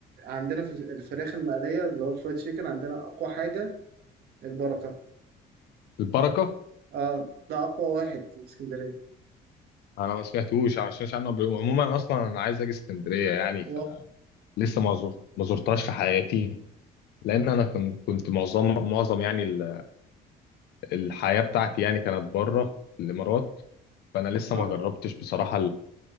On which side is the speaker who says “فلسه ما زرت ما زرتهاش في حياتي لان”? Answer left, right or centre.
Left